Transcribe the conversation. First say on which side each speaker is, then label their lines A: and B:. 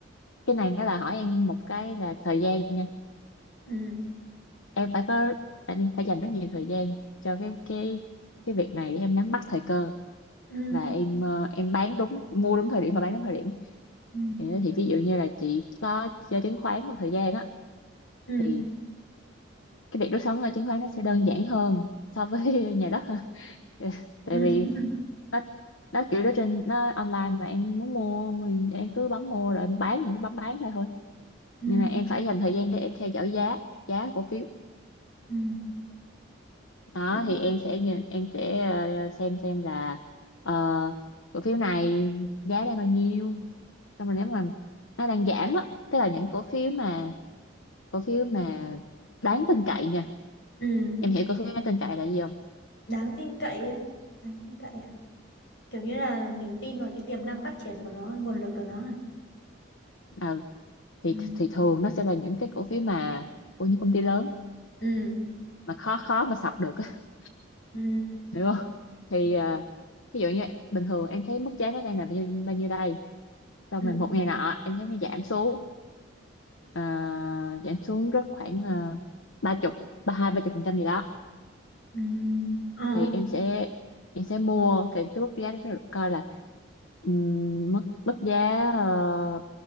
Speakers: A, on the left (about 75°); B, on the left (about 55°).
A: cái này nó là hỏi em một cái là thời gian nha
B: ừ
A: em phải có em phải dành rất nhiều thời gian cho cái cái cái việc này để em nắm bắt thời cơ
B: ừ
A: và em ờ, em bán đúng mua đúng thời điểm và bán đúng thời điểm
B: ừ
A: thì, thì ví dụ như là chị có chơi chứng khoán một thời gian á
B: ừ
A: thì cái việc đốt sống ở chứng khoán nó sẽ đơn giản hơn so với <laughs> nhà đất ha <laughs> tại
B: ừ <laughs>
A: vì nó nó kiểu đó trên nó online mà em muốn mua mình em cứ bấm mua rồi em bán thì cứ bấm bán ra thôi
B: ừ
A: nhưng mà em phải dành thời gian để em theo dõi giá giá cổ phiếu
B: ừ
A: đó
B: ừ
A: thì
B: ừ
A: em sẽ nhờ- em sẽ ờ, xem xem là ờ, cổ phiếu này giá đang bao nhiêu xong rồi nếu mà nó đang giảm á tức là những cổ phiếu mà cổ phiếu mà đáng tin cậy nha
B: ừ.
A: em hiểu cổ phiếu đáng tin cậy là gì không
B: đáng tin cậy á đáng tin cậy à kiểu như là mình tin vào cái tiềm năng phát triển của nó nguồn lực của nó à
A: à, thì
B: ừ
A: thì thường nó sẽ là những cái cổ phiếu mà của những công ty lớn
B: ừ
A: mà khó khó mà sập được á, <laughs>
B: Ừ.
A: hiểu không thì
B: Ừ.
A: ờ, ví dụ như bình thường em thấy mức giá nó đang là bao nhiêu bao nhiêu đây xong
B: Ừ.
A: rồi một ngày nọ em thấy nó giảm xuống ờ, giảm xuống rất khoảng uh, ba chục ba hai ba chục phần trăm gì đó
B: Ừ. Ờ.
A: thì em sẽ em sẽ mua cái cái mức giá đó rồi coi là ừm, mức mức giá ờ,